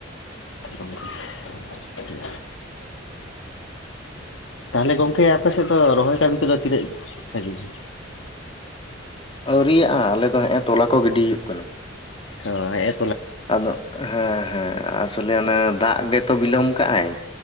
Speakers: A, on the left; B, on the left.
A: ᱜᱚᱝᱠᱮ ᱟᱪᱪᱷᱟ᱾ ᱛᱟᱦᱚᱞᱮ ᱜᱚᱝᱠᱮ ᱟᱯᱮ ᱥᱮᱫ ᱫᱚ ᱨᱚᱦᱚᱭ ᱠᱟᱹᱢᱤ ᱠᱚᱫᱚ ᱛᱤᱱᱟᱹᱜ ᱥᱟᱸᱜᱤᱧ?
B: ᱟᱣᱨᱤᱭᱟᱜᱼᱟ ᱟᱞᱮ ᱫᱚ ᱦᱮᱜ-ᱮᱸ ᱛᱚᱞᱟ ᱠᱚ ᱜᱤᱰᱤ ᱦᱩᱭᱩᱜ ᱠᱟᱱᱟ᱾
A: ᱦᱳᱭ᱾
B: ᱟᱫᱚ ᱦᱮᱸ ᱦᱮᱸ ᱟᱥᱚᱞᱮ ᱚᱱᱟ ᱫᱟᱜ ᱜᱮᱛᱚ ᱵᱤᱞᱚᱢ ᱠᱟᱜ-ᱟᱭ᱾